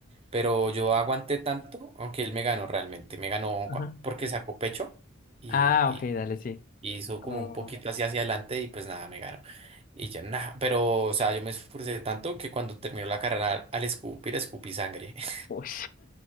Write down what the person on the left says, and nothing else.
Ajá.
Ah,
ok, dale, sí.
Como...
Uy.